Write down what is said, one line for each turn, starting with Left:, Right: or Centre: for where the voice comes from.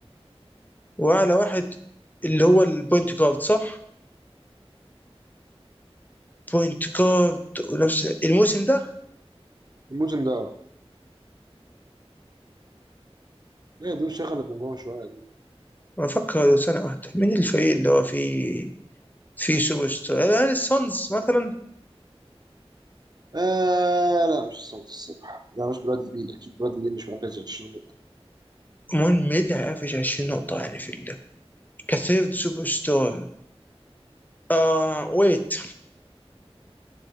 Left: واعلى واحد اللي هو البوينت جارد صح؟ بوينت جارد ونفس الموسم ده
Right: الموسم ده لا دول شغل الجمجمة شوية يا دول
Left: ما افكر سنه واحده مين الفريق اللي هو فيه فيه سوبر ستار؟ هل السونز مثلا؟
Right: آه لا مش الصندوق الصراحة ده مش برادلي بيل أكيد برادلي بيل مش مركز 20
Left: المهم مين اللي هيقفش 20 نقطه يعني في ال- كثيرد سوبر ستار آه ويت